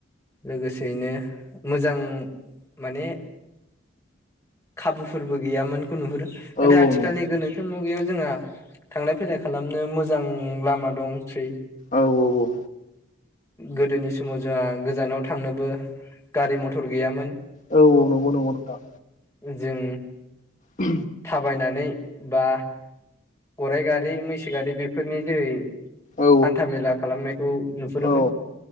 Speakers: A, on the left (about 15°); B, on the left (about 40°).
A: लोगोसेयैनो मोजां माने खाबुफोरबो गैयामोनखौ नुहुरो दा
B: औ
A: आथि आथिखालनि
B: औ नंगौ
A: गोनोखो मुगायाव जोंहा थांलाय फैलाय खालामनो मोजां लामा दंसै
B: औ औ औ
A: गोदोनि समाव जोंहा गोजानाव थांनोबो गारि मथर गैयामोन
B: औ औ नंगौ नंगौ नोंथां
A: जों
B: उ
A: थाबायनानै बा गराय गारि मैसो गारि बेफोरनि जोहै
B: औ
A: हान्थामेला खालामनायखौ नुहुरोमोन।
B: औ